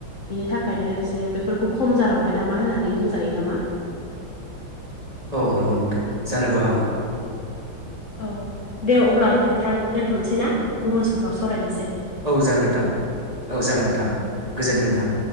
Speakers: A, on the left; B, on the right.
A: बिनि थाखायनो एसे बेफोरखौ खम जालांबाय नामा होननानै बुंजायो नामा।
B: औ नंगौ नोंथां जानोबो हागौ
A: औ दे अब्ला नोंथां दोनथ'नोसै ना गुबुन समफ्राव सावरायनोसै
B: औ जागोन नोंथां औ जागोन नोंथां गोजोनथों नोंथां